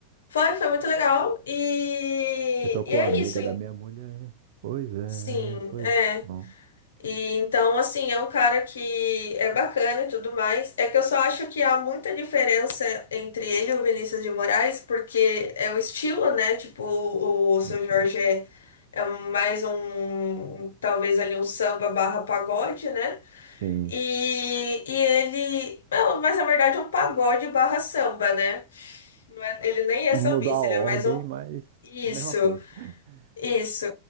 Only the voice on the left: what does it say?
Foi, foi muito legal. E,
e é
isso, hein?
Sim,
é.
E então, assim, é um cara que é bacana e tudo mais. É que eu só acho que há muita diferença entre ele e o Vinícius de Moraes, porque é o estilo, né? Tipo, o, o Seu
Jorge é, é mais um, um, talvez ali um samba barra pagode, né?
E, e ele. Não, mas na verdade é um pagode barra samba, né? Não é- ele nem é
sambista,
ele é mais um.
Isso,
isso.